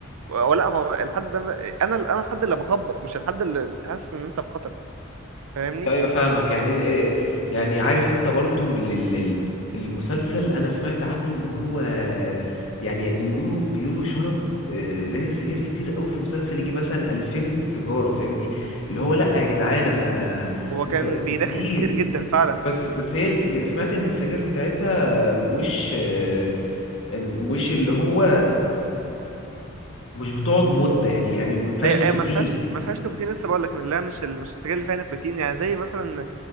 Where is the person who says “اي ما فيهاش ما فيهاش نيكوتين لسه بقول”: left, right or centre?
Right